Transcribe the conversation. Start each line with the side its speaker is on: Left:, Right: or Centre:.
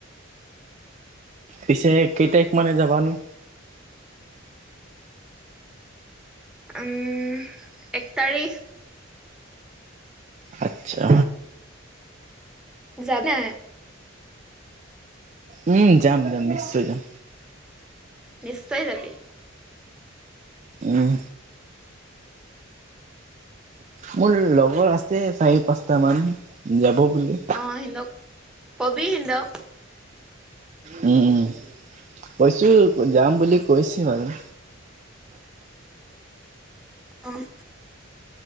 Right: পিছে কেই তাৰিখ মানে যাবানো,
Centre: উম এক তাৰিখ,
Right: আচ্ছা
Centre: যাবা,
Right: উম যাম যাম নিশ্চয় যাম।
Centre: নিশ্চয় যাবি,
Right: আহ! মোৰ লগৰ আছে চাৰি পাঁচটা মান যাব বোলে।
Centre: অ সিন্তওক কবি সিতক
Right: উম উম কৈছো যাম বুলি কৈছো আৰু
Centre: অঁ